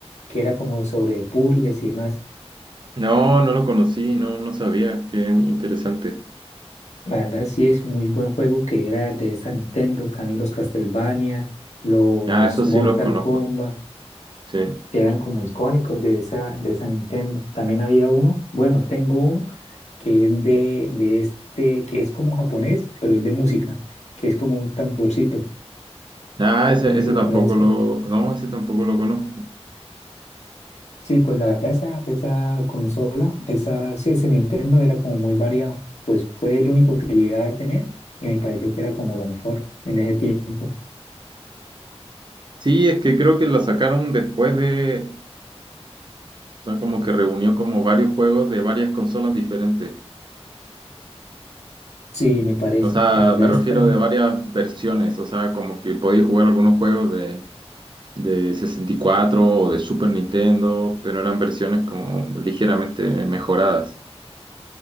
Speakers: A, on the left; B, on the right.
A: que era como sobre puzzles y demás.
B: No, no lo conocí, no, no sabía. Qué interesante.
A: La verdad sí es muy buen juego que era de esa Nintendo, también los Castlevania, los
B: Ah, eso sí
A: Mortal
B: los conozco.
A: Kombat
B: Sí.
A: que eran como icónicos de esa, de esa Nintendo. También había uno, bueno, tengo uno que es de, de este, que es como japonés, pero es de música, que es como un tamborcito.
B: Ah, ese,
A: No sé
B: ese
A: si lo
B: tampoco
A: conozcan.
B: lo. No, ese tampoco lo conozco.
A: Sí, pues la verdad, esa, esa consola, esa, sí, ese Nintendo era como muy variado. Pues fue el único que llegué a tener y me pareció que era como lo mejor en ese tiempo.
B: Sí, es que creo que la sacaron después de. O sea, como que reunió como varios juegos de varias consolas diferentes.
A: Sí, me parece.
B: O sea,
A: La verdad
B: me refiero
A: está,
B: de varias versiones, o sea, como que podéis jugar algunos juegos de, de 64 o de Super Nintendo, pero eran versiones como ligeramente mejoradas.